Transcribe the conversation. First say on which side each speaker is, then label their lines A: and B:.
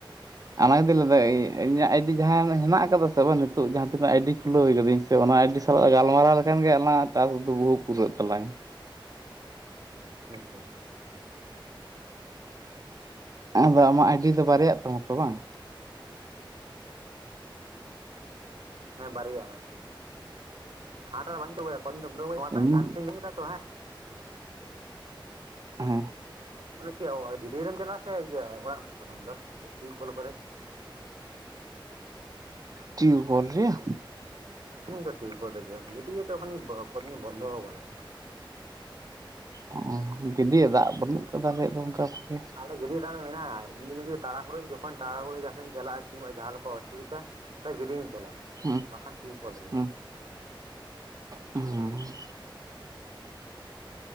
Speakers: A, on the right (about 45°); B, on the right (about 80°).
A: ᱟᱫᱚ ᱤᱧᱟᱹᱜ ᱟᱭᱰᱤ ᱡᱟᱦᱟᱸ ᱦᱮᱱᱟᱜ ᱟᱠᱟᱫᱟ ᱥᱮ ᱵᱟᱝ ᱱᱤᱛᱚᱜ ᱡᱟᱦᱟᱸ ᱛᱤᱱᱟᱹᱜ ᱟᱭᱰᱤ ᱠᱷᱩᱞᱟᱹᱣ ᱟᱠᱟᱫᱟᱹᱧ ᱚᱱᱟ ᱟᱹᱭᱰᱤ ᱥᱟᱞᱟᱜ ᱜᱟᱞᱢᱟᱨᱟᱣ ᱞᱮᱠᱷᱟᱱ ᱜᱮ ᱟᱞᱟᱝ ᱴᱟᱠᱥ ᱫᱚ ᱵᱚᱦᱩ ᱯᱩᱨᱟᱹᱜ ᱛᱟᱞᱟᱝᱟ᱾
B: ᱟᱪᱪᱷᱟ
A: ᱟᱫᱚ ᱟᱢᱟᱜ ᱟᱭᱰᱤ ᱫᱚ ᱵᱟᱨᱭᱟᱜ ᱛᱟᱢᱟ ᱛᱚ ᱵᱟᱝ?
B: ᱦᱮᱸ ᱵᱟᱨᱭᱟᱜᱼᱟ ᱦᱮᱸ᱾ ᱦᱟᱱᱟᱴᱟᱜ ᱫᱚᱧ <unintelligible> ᱱᱚᱣᱟᱴᱟᱜ
A: ᱤᱧ
B: ᱨᱮ <unintelligible> ᱠᱮᱫᱟ <unintelligible> ᱛᱚ ᱦᱮ
A: ᱦᱚᱸ
B: ᱢᱟᱱᱮ ᱪᱮᱫ ᱜᱤᱰᱤᱭᱟᱹ ᱨᱮᱢ ᱪᱟᱞᱟᱜᱼᱟ ᱥᱮ ᱤᱭᱟᱹ ᱚᱲᱟᱜ ᱨᱮᱢ ᱛᱚᱯᱚᱱ-ᱟ ᱟᱢ ᱫᱚ ᱴᱤᱭᱩ ᱠᱚᱞ ᱠᱚᱨᱮ?
A: ᱴᱤᱭᱩ ᱠᱚᱞ ᱨᱮᱭᱟ
B: ᱤᱧ ᱦᱚ ᱴᱤᱭᱩᱠᱚᱞ ᱨᱮᱜᱮ ᱜᱟᱹᱰᱭᱟᱹ ᱨᱮ ᱠᱚᱫᱤᱱ ᱵᱚᱱᱫᱚ ᱟᱠᱟᱫᱟ
A: ᱚ ᱜᱟᱹᱰᱭᱟᱹ ᱫᱟᱜ ᱵᱟᱹᱱᱩᱜ ᱠᱟᱫᱟ ᱟᱞᱮᱭᱟᱜ ᱫᱚ ᱚᱱᱠᱟ ᱵᱷᱟᱜᱤ᱾
B: ᱟᱞᱮ ᱜᱟᱹᱰᱭᱟᱹ ᱫᱟᱜ ᱨᱮ ᱢᱮᱱᱟᱜᱼᱟ ᱤᱧᱫᱚ ᱡᱩᱫᱤ ᱛᱟᱲᱟ ᱦᱩᱲᱟᱹᱜ ᱟᱧ ᱡᱚᱠᱷᱚᱱ ᱛᱟᱲᱟ ᱦᱩᱲᱟᱹ ᱡᱟᱦᱟᱸ ᱥᱮᱫ ᱮᱧ ᱪᱟᱞᱟᱜᱼᱟ ᱠᱤᱢᱵᱟ ᱡᱟᱦᱟᱸ ᱞᱮᱠᱟ ᱚᱥᱩᱵᱤᱫᱟ, ᱛᱟᱦᱚᱞᱮ ᱜᱟᱹᱰᱤᱭᱟᱹᱧ ᱪᱟᱞᱟᱜᱼᱟ᱾
A: ᱦᱮᱸ
B: ᱵᱟᱠᱷᱟᱱ ᱴᱤᱭᱩ ᱠᱚᱞ ᱜᱮ
A: ᱦᱮᱸ ᱦᱮᱸ